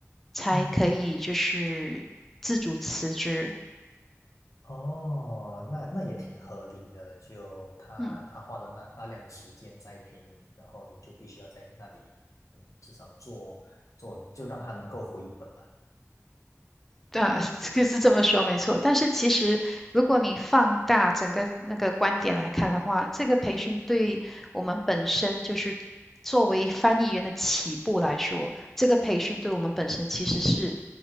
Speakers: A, in the centre; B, on the left.
A: 才可以就是自主辞职。
B: 嗯哼。哦，那那也挺合理的，就他他花了那大量的时间栽培你，
A: 嗯，
B: 然后你就必须要在那里，嗯，至少做做，就让他能够回本吧。
A: 啊，<laughs> 可是这么说没错，但是其实如果你放大整个那个观点来看的话，这个培训对我们本身就是作为翻译员的起步来说，这个培训对我们本身其实是